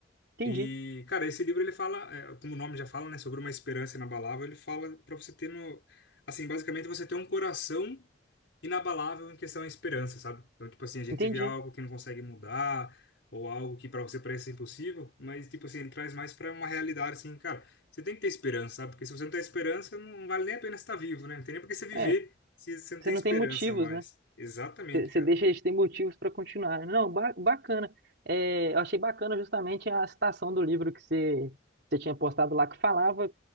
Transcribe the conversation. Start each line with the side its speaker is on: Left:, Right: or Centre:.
Right: Entendi,
Left: E, cara, esse livro ele fala, é, como o nome já fala, né, sobre uma esperança inabalável. Ele fala pra você ter no, assim, basicamente você ter um coração inabalável em questão à esperança, sabe? Então, tipo assim, a gente
Right: entendi.
Left: vê algo que não consegue mudar, ou algo que para você parece impossível, mas, tipo assim, ele traz mais para uma realidade, assim, cara, você tem que ter esperança, sabe? Porque se você não tem esperança, não vale nem a pena estar vivo, né? Não tem nem por que você viver
Right: É,
Left: se você não
Right: você
Left: tem
Right: não
Left: esperança
Right: tem motivos,
Left: mais.
Right: né?
Left: Exatamente,
Right: Você
Left: cara.
Right: deixa eles ter motivos para continuar. Não, ba- bacana. É, eu achei bacana justamente a citação do livro que você você tinha postado lá, que falava